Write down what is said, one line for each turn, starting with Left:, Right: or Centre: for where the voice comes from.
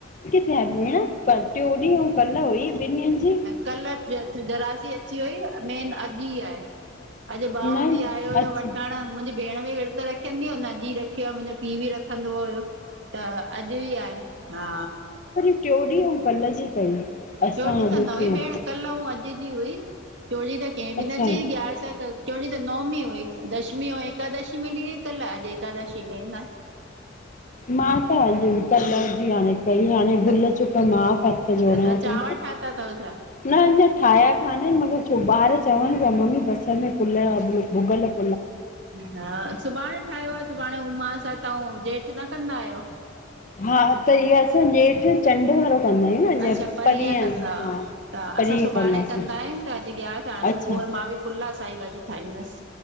Left: हां भेण, पर ट्यो ॾीहं ऐं कल हुई ॿिन ॾींहन जी।
Right: कल थिउ थिजरासी अची वई न, मेन अॼु ई आहे <unintelligible> अॼु ॿाओ
Left: न
Right: बि आयो हुयो,
Left: अच्छा
Right: वठण। मुंहिंजी भेण बि विर्त रखंदी हुन, अॼु ई रखियो आहे, मुंहिंजो पीउ बि रखंदो हुयो। त, अॼु ई आहे। हा।
Left: टि्यो ॾींह, अऊं कल्ह जी कई। असां
Right: ट्यो ॾींहुं
Left: अॼु
Right: त न
Left: कीअं
Right: हुई भेण। कल्ह ऐंं अॼु जी हुई। टियो ॾींहं त कंहिं बि
Left: अच्छा
Right: न चई ग्यारस उ त। टियो ॾींहं त नवमी हुई। दशमी अऊं एकादशी मिली वई कल्ह, अॼु एकादशी में न। <unintelligible>
Left: मां त अॼु ई, कल जी या ने। <unintelligible> भई हाणे भुल
Right: त
Left: चुक माफ़, हथ
Right: त
Left: जोड़ियां
Right: तव्हां
Left: थी।
Right: चांवर ठाता अथव छा?
Left: न अञां ठाहिया कानन, मगर छो ॿार चवन पिया मम्मी बसर में पुल्ला अ भु भुॻल --
Right: हा सुभाणे ठाहियो हा, सुभाणे उमास तव्हां जेठ न कंदा आहियो?
Left: हा त इहा असां ॼेठ। चंड वारो कंदा आहियूं न, जिंय
Right: अच्छा परीहं
Left: परींह
Right: कंदा
Left: हा
Right: त
Left: परींहं
Right: असां सुभाणे
Left: कंदासीं।
Right: कंदा आहियूं त अॼु गियारस आ
Left: अच्छा
Right: सुबुह मां बी पुलाह साई भाॼी ठाईंदस्।